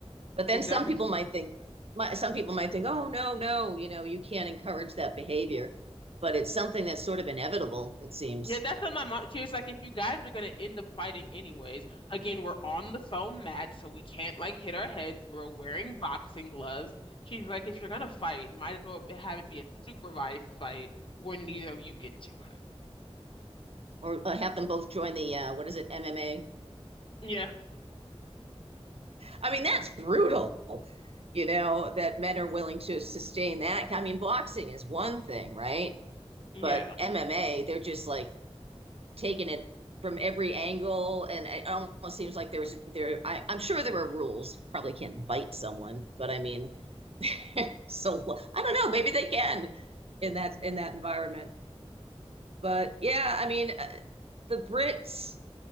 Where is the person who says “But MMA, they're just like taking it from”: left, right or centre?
Right